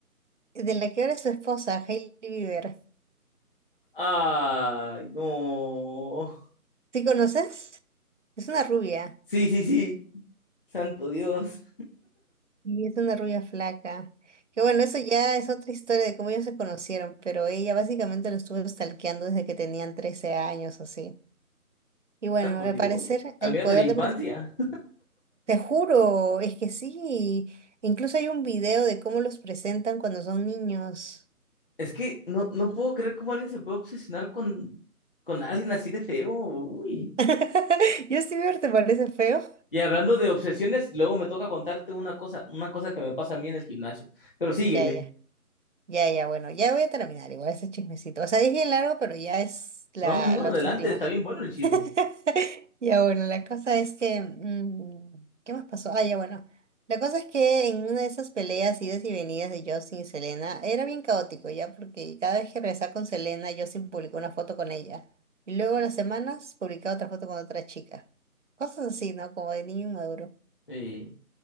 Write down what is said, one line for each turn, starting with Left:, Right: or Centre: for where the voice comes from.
Right: De la que ahora es su esposa, Hailey Bieber.
Left: Ay, no.
Right: ¿Sí conoces? Es una rubia,
Left: Sí, sí, sí. Santo Dios.
Right: y es una rubia flaca. Que bueno, eso ya es otra historia de cómo ellos se conocieron, pero ella básicamente lo estuvo stalkeando desde que tenían 13 años, así. Y bueno,
Left: Ay, por
Right: al
Left: Dios.
Right: parecer
Left: Amigas
Right: el poder
Left: de la infancia.
Right: de Te juro, es que sí. Incluso hay un video de cómo los presentan cuando son niños.
Left: Es que no, no puedo creer cómo alguien se puede obsesionar con, con alguien así de feo. Uy.
Right: <laughs> Justin Bieber, ¿te parece feo?
Left: Y hablando de obsesiones, luego me toca contarte una cosa, una cosa que me pasa a mí en el gimnasio. Pero síguele.
Right: Ya, ya, ya, ya, bueno, ya voy a terminar igual ese chismecito. O sea, es bien largo, pero ya es la,
Left: No, no, no,
Right: los
Left: adelante,
Right: últimos.
Left: está bien bueno el chisme.
Right: <laughs> Ya bueno, la cosa es que... mm, ¿qué más pasó? Ah, ya bueno. La cosa es que en una de esas peleas, idas y venidas de Justin y Selena, era bien caótico ya, porque cada vez que regresaba con Selena, Justin publicó una foto con ella. Y luego a las semanas publicaba otra foto con otra chica. Cosas así, ¿no? Como de niño inmaduro.
Left: Sí.